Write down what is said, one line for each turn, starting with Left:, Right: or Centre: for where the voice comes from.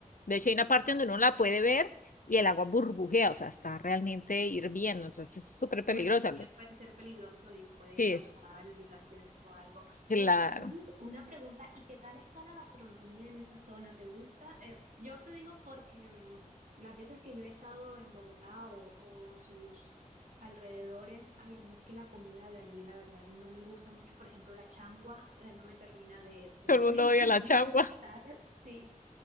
Left: De hecho, hay una parte donde uno la puede ver y el agua burbujea, o sea, está realmente hirviendo, entonces es súper peligrosa.
Right: Bueno, también puede ser peligroso y puede
Left: Sí,
Right: causar irritaciones o algo.
Left: Claro,
Right: Eh, Luis,
Left: <laughs>
Right: una pregunta, ¿y qué tal está la gastronomía en esa zona? ¿Te gusta? Eh, yo te digo porque mm, las veces que yo he estado en Bogotá o, o sus alrededores, ay, a mí es que la comida de allí, la verdad, no me gusta mucho. Por ejemplo, la changua, eh, no me termina de, de-
Left: todo el mundo
Right: <laughs> de-
Left: odia la
Right: de
Left: changua.
Right: gustar. Sí,